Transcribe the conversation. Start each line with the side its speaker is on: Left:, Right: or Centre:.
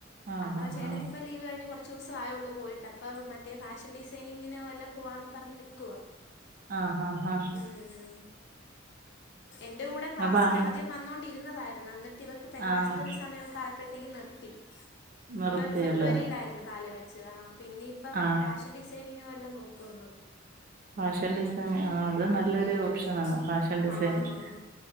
Right: ആഹ്
Left: അപ്പൊ
Right: ആഹ്
Left: ആ ചേട്ടനി ഇപ്പ ലീവ് കഴിഞ്ഞ് കൊറച്ചൂസആയോള്ളൂ പോയിട്ട് പ്പോ മറ്റേ ഫാഷൻ ഡിസൈനിങ്ങിന് വല്ലാം പോവാന്ന് പറഞ്ഞു നിൽക്കുവ
Right: ആ ഹ ഹ ഹ
Left: ഉം ഉം എന്റെ കൂടെ ക്ലാസ്സിന്
Right: അപ്പൊ
Left: ആദ്യം വന്നോണ്ടിരുന്നതായിരുന്നു എന്നിട്ട് ഇവ ക്ക് പെരവസ്തൂലി
Right: ആഹ്
Left: സമയോക്കെ ആയപ്പോഴത്തേക്കും നിർത്തി
Right: നിർത്തിയല്ലേ
Left: ഇപ്പൊ ഫെബ്രുവരിയിലായിരുന്നു പാലുകാ ച്ച് ആ പിന്നെ ഇപ്പൊ
Right: ആഹ്
Left: ഫാഷൻ ഡിസൈനിങ്ങൊ വല്ലോം നോക്കുന്ന്
Right: ഫാഷൻ ഡിസൈനിങ് ആ അത് നല്ലൊരു
Left: ഉം
Right: ഓപ്ഷൻ ആണ് ഫാഷൻ ഡിസൈനിങ്
Left: ആഹ്